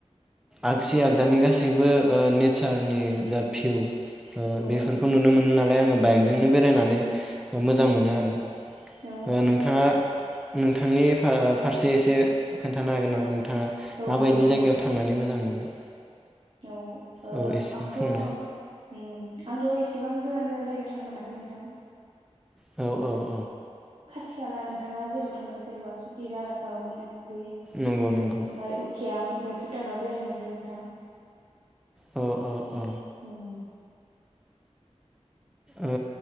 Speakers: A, in the centre; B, on the right.
A: आगसि आगदानि गासैबो ओ नेसारनि जा भिउ ओ
B: औ
A: बेफोरखौ नुनो मोनो ना लाय आंङो बाइकजोंनो बेरायनानै मोजां मोनो आरो।
B: औ
A: ओ नोंथाङा नोंथांनि फा फारसे एसे खोन्थानो हागोन नामा नों थाङा
B: औ
A: माबायदि
B: हागोन नोंथां
A: जायगायाव थांनानै मोजां मोनो?
B: औ ओ
A: औ एसे
B: आंथ'
A: बुंनाय
B: उम आंथ' एसे बां गोजान गोजान जायगायाव थांनो मोनाखै नोंथां
A: औ औ
B: थिखाना नोंथाङा जेराव थांदों एसे जेनेबा सुकिदारा बाव मैनाफुथ्रि
A: नंगौ नंगौ
B: आरो उकियाम ओमफाय भुटानाव बेरायनो मोनदों नोंथां
A: औ औ औ
B: उम
A: ओ